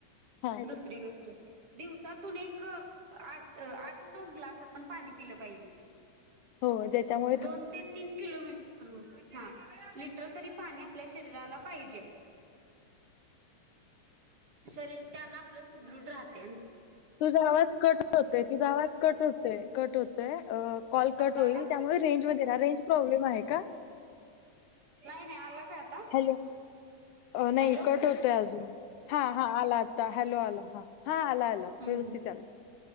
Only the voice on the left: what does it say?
हां.
हो त्याच्यामुळे
तुझा आवाज क होत तुझ आवाज कट हो कट होत कॉल
कट होईल
त्यामुळे रेंज म रेंज प्रॉब्लेम आहे का
हॅलो. नाही
कट होतय अजून हा हा आला आता हॅलो आला आला आला.
व्यवस्थित आला.